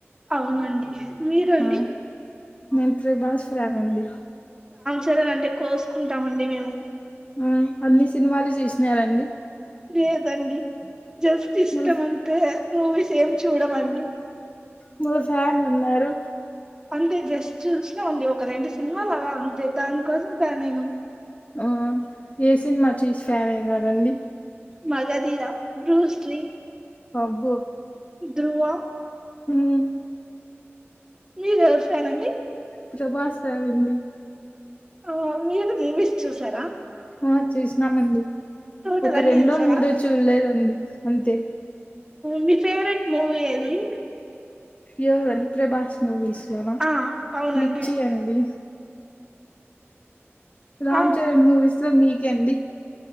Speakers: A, on the right; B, on the left.
A: అవునండి మీరు అండి
B: ఆ నేను ప్రభాస్ ఫ్యాన్ అండి
A: సరేన అంటే కోసుకుంటామ అండి మేము
B: ఆ అన్ని సినిమాలు చూసినారండి
A: లేదండి జస్ట్ ఇష్టం
B: మళ్ళ
A: అంతే మూవీస్ ఏమి చూడ అండి
B: ముసాని ఉన్నారు
A: అంతే జస్ట్ చూసినా ఉంది ఒక రెండు సినిమాలు అలా అంతే దానికోసం ఫ్యాన్ అయినాం
B: ఆ వేసింది మా చసి ఫ్యాన్ అయి కదండి
A: మగధిరా బ్రూస్లీ
B: అబ్బో
A: ధ్రువ
B: హ్మ్
A: మీరెవరు ఫ్యాన్ అండి
B: ప్రభాస్ ఫ్యాన్ అండీ.
A: ఆ మీరు మూవీస్ చూసారా?
B: ఆ చూసినామండి.
A: టోటల్
B: ఒక
A: అన్ని
B: రెండో
A: చూసారా
B: మూడో చూడలేదండి అంతే.
A: మీ ఫేవరెట్ మూవీ ఏది?
B: ఏవరివి అండి ప్రభాస్ మూవీస్ లోనా
A: ఆ అవునండి
B: మిర్చి అండి. రామ్
A: ఆ
B: చరణ్ మూవీస్ లో మీకే అండి